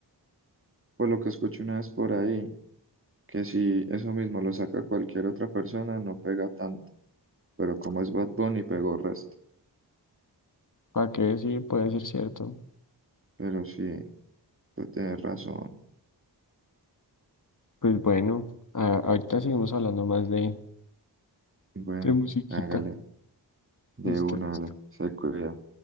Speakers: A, on the right (about 30°); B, on the left (about 45°).
A: Por lo que escuché una vez por ahí. que si eso mismo lo saca cualquier otra persona, no pega tanto. Pero como es Bad Bunny, pegó resto.
B: ¿Para qué? Sí, puede ser cierto.
A: Pero sí, tú tienes razón.
B: Pues bueno, a- ahorita seguimos hablando más de,
A: Bueno,
B: de musiquita.
A: hágale, de
B: Listo,
A: una,
B: listo.
A: dale, se cuida.